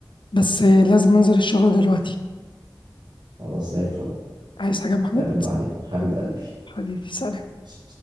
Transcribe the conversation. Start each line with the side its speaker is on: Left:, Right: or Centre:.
Left: بس لازم انزل الشغل دلوقتي
Right: خلاص زي الفل
Left: عايز حاجه يا محمد
Right: نتقابل بعدين حبيب قلبي
Left: حبيبي سلام
Right: س-